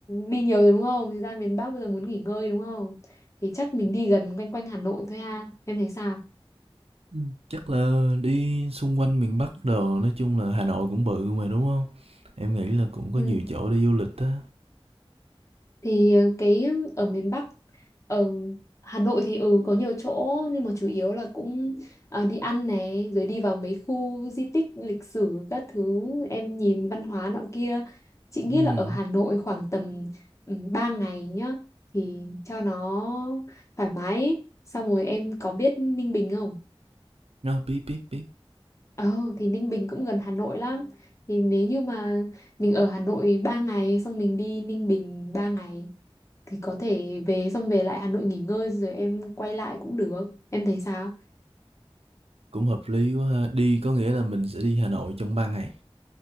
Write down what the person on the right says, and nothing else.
Ừm, chắc là đi xung quanh miền Bắc đồ, nói chung là Hà Nội cũng bự mà, đúng không Em nghĩ là cũng có
nhiều chỗ đi du lịch á.
Ừm,
nó biết, biết, biết,
cũng hợp lý quá ha. Đi có nghĩa là mình sẽ đi Hà Nội trong 3 ngày,